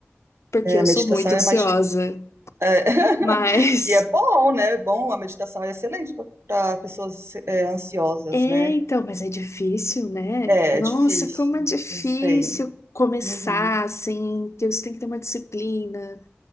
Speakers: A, on the left; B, on the right.
A: porque
B: É,
A: eu
B: a meditação
A: sou muito
B: é
A: ansiosa.
B: mais É, <laughs>
A: Mas
B: e é bom, né? É bom, a meditação é excelente para pessoas é, ansiosas,
A: <laughs> é,
B: né?
A: então, mas é difícil, né?
B: É,
A: Nossa,
B: é difícil,
A: como é difícil
B: eu sei.
A: começar
B: Uhum.
A: assim, que você tem que ter uma disciplina.